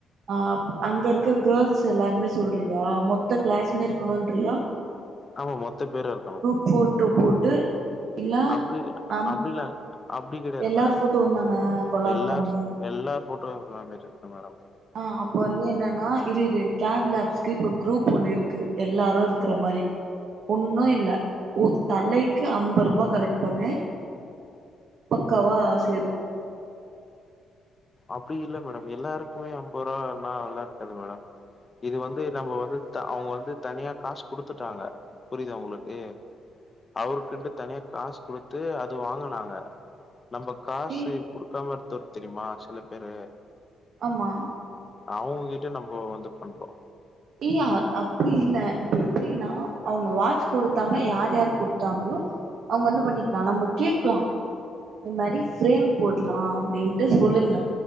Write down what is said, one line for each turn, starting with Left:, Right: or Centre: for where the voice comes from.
Right: ஆ அங்க இருக்க கேர்ள்ஸ் எல்லாருமே சொல்றியா மொத்த க்ளாஸ்மே இருக்கணுன்றியா
Left: ஆமா மொத்த பேரு இருக்கணு
Right: ஃபோட்டோ போட்டு இல்ல
Left: அப்டி
Right: நம்
Left: அப்டிலா அப்டி கிடையாது
Right: எல்லாரு
Left: மேடம்
Right: போட்டோந்தான கொலாப்
Left: எல்லா
Right: பண்ணி
Left: எல்லா ஃபோட்டோ வந்துட்ருக்கு மேடம்
Right: அஹ் அப்ப வந்து என்னன்னா இருஇரு கேப்லாப்ஸ்கு இப்ப குரூப் ஒண்ணு இருக்கு எல்லாரு இருக்கற மாரி ஒன்னு இல்ல ஒ தலைக்கு அம்பர் ருபா கலெக்ட் பண்ணு பக்காவா ஆ சேரு
Left: அப்டி இல்ல மேடம் எல்லாருக்குமே அம்பர் ருவா னா நல்லா இருக்காது மேடம் இது வந்து நம்ம வந்து அவுங்க வந்து தனியா காசு குடுத்துட்டாங்க புரிதா உங்களுக்கு அவருக்குன்டு தனியா காசு குடுத்து அது வாங்கனாங்க நம்ப காசு
Right: ஏ
Left: கொடுக்காம ஒருத்தரு தெரியுமா சில பேரு
Right: ஆமா
Left: அவுங்க கிட்ட நம்ம வந்து பண்றோ
Right: ஏ யா அப்டி இல்ல இப்ப எப்டின்னா அவுங்க வாட்ச் கொடுத்தாங்க யார் யார் குடுத்தாங்களோ அவுங்க வந்து பண்ணிக்கலா நம்ம கேக்லா இந்த மாரி ஃப்ரேம் போட்லா அப்டின்ட்டு சொல்லுங்க